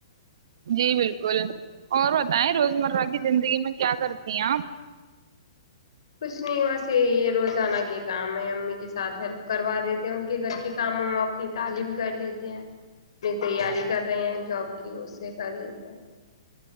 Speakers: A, on the right; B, on the left.
A: جی بالکل اور بتائیں روزمرہ کی زندگی میں کیا کرتی ہیں آپ
B: کچھ نہیں بس یہی ہے رو <inaudible> جانا کے کام ہے امی کے سھ ہیلپ <inaudible> کروا دیتے ہیں ان کے گھر کے کاموں اپنی تعم کر لیتے ہیں اپنی تیاری کر رہے ہیں جاب کی اس سے کر لیتے ہیں <inaudible>